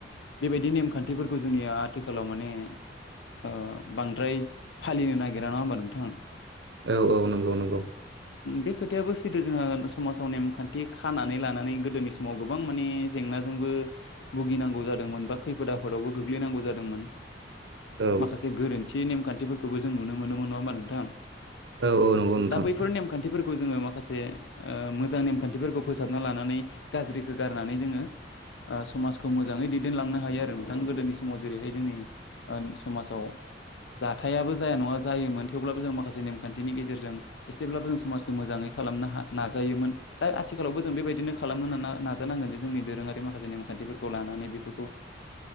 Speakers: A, on the left; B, on the right.
A: बेबायदि नेमखान्थिफोरखौ जोंनिया आथिखालाव माने ओ बांद्राय फालिनो नागिरा नङा ओमबा नोंथां?
B: औ औ नंगौ नंगौ।
A: बे खोथायाबो सैथो जोंहा समाजाव नेमखान्थि खानानै लानानै गोदोनि समाव गोबां माने जेंना जोंबो भुगिनांगौ जादोंमोन बा खैफोद आफोदावबो गोग्लैनांगौ जादोंमोन।
B: औ
A: माखासे गोरोन्थि नेमखान्थिफोरखौबो जों नुनो मोनोमोन नङा ओमबा नोंथां।
B: औ औ नंगौ नोंथां
A: दा बैफोर नेमखान्थिफोर खौ जोङो माखासे मोजां नेमखान्थिफोरखौ फोसाबना लानानै गाज्रिखौ गारनानै जोङो समाजखौ मोजाङै दैदेनलांनो हायो आरो नोंथां गोदोनि समाव जेरैहाय जोंनि समाजाव जाथायाबो जाया नङा जायोमोन थेवब्लाबो जों माखासे नेमखान्थिनि गेजेरजों एसेब्लाबो जों समाजखौ मोजाङै खालामनो नाजायोमोन दा आथिखालावबो जों बेबायदिनो खालामनो नाजानांगोन जे जोंनि दोरोङारि माखासे नेमखा न्थिफोरखौ लानानै बेफोरखौ